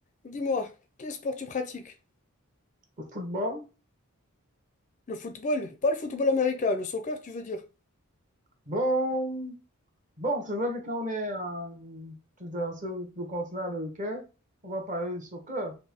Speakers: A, on the left; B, on the right.
A: Dis-moi, quel sport tu pratiques?
B: Au football,
A: Le football? Pas le football américain, le soccer, tu veux dire?
B: bon, bon, c'est vrai que quand on est euh, dans ce, le continent américain, on va parler du soccer.